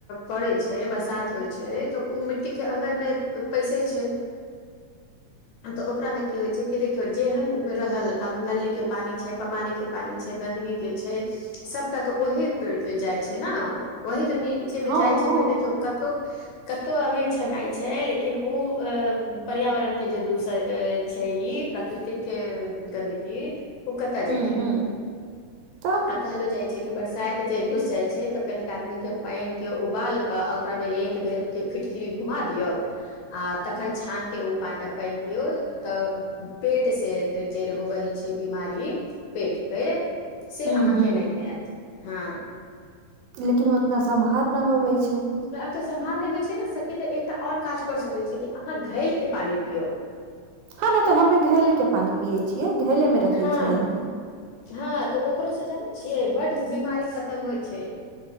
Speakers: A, on the left; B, on the right.
A: पड़ै छै बरसात होइ छै तऽ ओ मिट्टी के अन्दर मे। पैसे छै। तऽ ओकरा मे की होइ छै कि देख -यो जेहन रहल आब नली के पानी छै पमाली के पानी छै गदगी के छै। सबटा तऽ ओही जाइ छै न ओही तऽ नीचे
B: हँ
A: मे जाइ छै
B: हँ
A: फेर देखियौ। कतौ कतौ अभी छनाइ छै लेकिन ओ पर्यावरण। के जे दूसर छै ई प्रकृतिक। के गन्दगी ओ कतऽ
B: हूँ
A: जेते।
B: हूँ तऽ
A: आ कहलो जाय छै कि बरसाइत जे घुस जाय छै तऽ कनीक आदमी के पैन के उबाल। ओकरा मे एक बेर के फिटकीरी घुमा दियौ आ तख छान के ओ पा पइन पियू तऽ पेट से जेड़ होबै छै बीमारी पेट पे से
B: हूँ
A: अहाँके
B: हूँ
A: नै हेएत हँ।
B: लेकिन ओतना सम्हार ना होबै छै।
A: ब <unintelligible> तऽ सम्हार नै होइ छै ने सकि त एकटा आओर काज क सकै‌ छी कि अहाँ घैल के पानि पियौ
B: हँ न तो हमे घैेले के पानी पियै छियै घैेले मे रखे
A: हँ
B: छियै हमे
A: हँ तऽ ओकरो सऽ जानै छियै बड्ड बीमारी खतम होइ छै